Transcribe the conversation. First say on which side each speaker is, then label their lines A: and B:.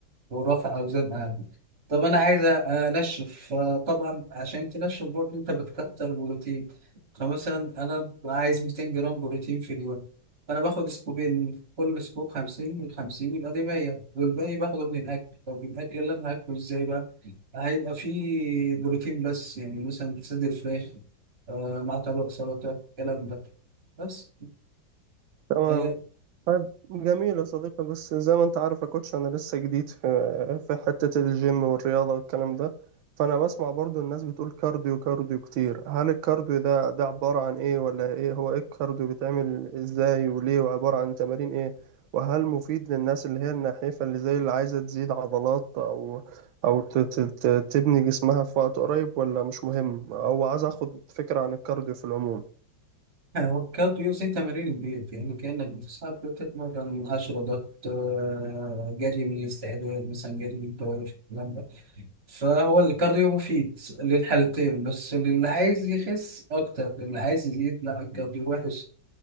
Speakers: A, on the right; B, on the right.
A: ورفع أوزان أعلى طب أنا عايز أنشف آه، طبعا عشان تنشف برضه أنت بتكتر بروتين فمثلا أنا ببقى عايز 200 جرام بروتين في اليوم فأنا باخد سكوبين كل سكوب 50 من 50 يبقى دي 100 والباقي باخده من الأكل طب الأكل اللي أنا هاكله إزاي بقى؟ هيبقى فيه بروتين بس يعني مثلا صدر فراخ آه مع طبق سلطة الكلام ده بس
B: تمام
A: آه
B: طيب جميل يا صديقي بس زي ما انت عارف يا كوتش انا لسه جديد في في حتة الجيم والرياضة والكلام ده فانا بسمع برضو الناس بتقول كارديو كارديو كتير هل الكارديو ده ده عبارة عن ايه ولا ايه هو ايه الكارديو بيتعمل ازاي وليه وعبارة عن تمارين ايه وهل مفيد للناس اللي هي النحيفة اللي زي اللي عايزة تزيد عضلات او او ت- ت- ت- تبني جسمها في وقت قريب ولا مش مهم او عايز اخد فكرة عن الكارديو في العموم
A: وكالوري زي تمارين البيت يعني كأنك بتصحى بتتمرن 10 ضغط آه جري من الاستعداد مثلا جري من التوافق الكلام ده فهو الكارديو مفيد للحالتين بس للي عايز يخس أكتر للي عايز يزيد لا الكارديو وحش